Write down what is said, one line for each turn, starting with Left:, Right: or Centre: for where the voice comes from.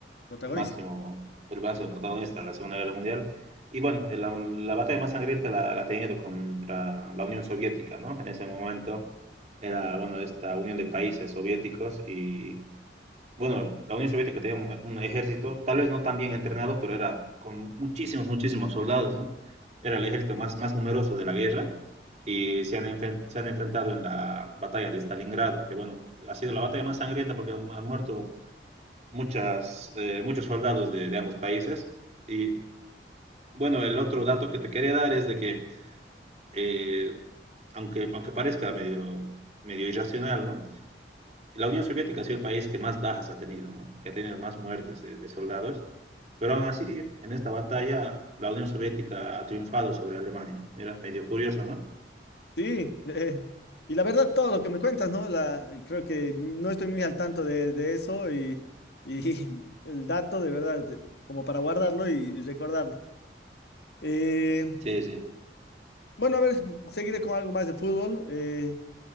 Left: Protagonista.
Right: el máximo, el ha sido protagonista de la Segunda Guerra Mundial. Y bueno, eh, la, la batalla más sangrienta la, la ha tenido contra la Unión Soviética, ¿no? En ese momento era, bueno, esta unión de países soviéticos y bueno, la Unión Soviética tenía un, un ejército, tal vez no tan bien entrenado, pero era con muchísimos, muchísimos soldados, ¿no? Era el ejército más, más numeroso de la guerra y se han, enfren- se han enfrentado en la batalla de Stalingrado, que bueno, ha sido la batalla más sangrienta porque han, han muerto muchas, eh, muchos soldados de, de ambos países. Y bueno, el otro dato que te quería dar es de que, eh, aunque, aunque parezca medio, medio irracional, ¿no? la Unión Soviética ha sido el país que más bajas ha tenido, ¿no? que ha tenido más muertes de, de, soldados, pero aún así, en esta batalla, la Unión Soviética ha triunfado sobre Alemania. Mira, medio curioso, ¿no?
Left: Sí, eh, y la verdad, todo lo que me cuentas, ¿no? La, creo que no estoy muy al tanto de, de eso y, y <laughs> el dato, de verdad, de- como para guardarlo y recordarlo. Eh,
Right: Sí, sí.
Left: bueno, a ver, seguiré con algo más de fútbol. Eh,